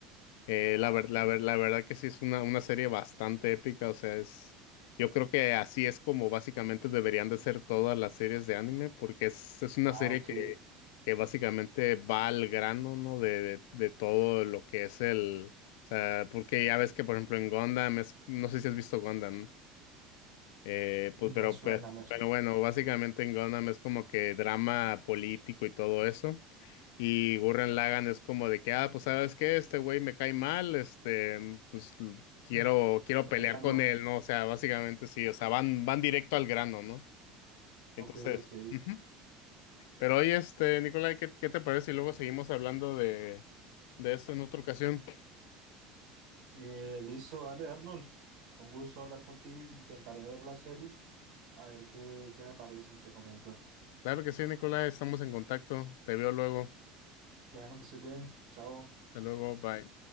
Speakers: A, on the left; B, on the right.
A: Eh,
B: Ah,
A: la, ver-
B: ok.
A: la, ver- la verdad que sí es una, una serie bastante épica. O sea, es. Yo creo que así es como básicamente deberían de ser todas las series de anime, porque es, es una
B: Ah,
A: serie
B: ok.
A: que, que básicamente va al grano, ¿no? De, de, de todo lo que es el. O sea, porque ya ves que, por ejemplo, en Gundam, es, no sé si has visto Gundam. ¿no? Eh, pues, pero,
B: Me suena,
A: pues,
B: me
A: pero
B: suena.
A: bueno, básicamente en Gundam es como que drama político y todo eso. Y Gurren Lagann es como de que, ah, pues sabes qué, este güey me cae mal, este, mm, pues l- quiero,
B: Mm.
A: quiero
B: Variarlo.
A: pelear con él, ¿no? O sea, básicamente sí, o sea, van, van directo al grano, ¿no?
B: Ok,
A: Entonces,
B: ok.
A: ujú. Pero oye, este, Nicolai, ¿qué, qué te parece? Y luego seguimos hablando de, de esto en otra ocasión.
B: Eh, listo, dale, Arnold. Con gusto hablar contigo y intentaré ver las series, a ver qué, qué me parecen, te comento.
A: Claro que sí, Nicolai, estamos en contacto. Te veo luego.
B: Bueno, que estés bien. Chao.
A: Hasta luego, bye.